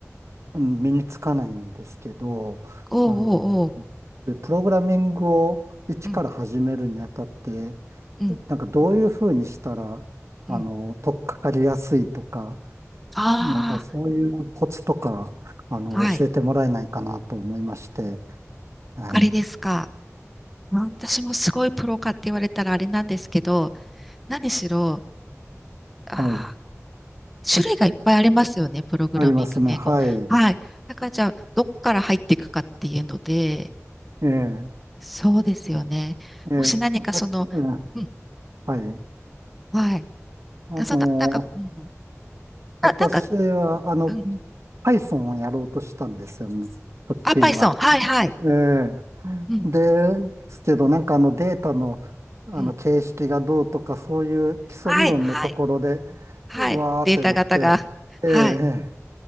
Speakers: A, on the right; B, in the centre.
A: うん身につかないんですけど、
B: おおおーお
A: あの、そういうプログラミングを一から始めるにあたって、
B: うん、うん、
A: なんかどういうふうにしたら、あの、
B: うん。
A: 取っかかりやすいとか、
B: あ
A: なんかそういうコツとか、あの、
B: あ、はい。
A: 教えてもらえないかなと思いまして。はい。
B: あれですか。うん私もすごいプロかって言われたらあれなんですけど、何しろ、あ
A: はい。
B: ー、種類がいっぱいありますよね、プログラミング言語。
A: ありますね。はい。
B: はい。だからじゃあ、どっから入っていくかっていうので、
A: ええ、
B: そうですよね。
A: ええ、
B: もし何かその、
A: あ、うん、
B: うん、
A: はい。
B: はい。
A: あの、
B: あそんな、なんか、うん、
A: 私は、
B: あ、なんか、
A: あの、
B: うん
A: Python をやろうとしたんですよね、直近は。
B: あ、パイソン。はい、はい。
A: ええ。
B: うん、
A: ですけど、なんかあのデータの、あの形式がどうとか、
B: うん。
A: そういう基礎理論のところで、
B: はい、はい、はい。
A: うわーってなって、
B: データ型が。
A: ええ。
B: はい。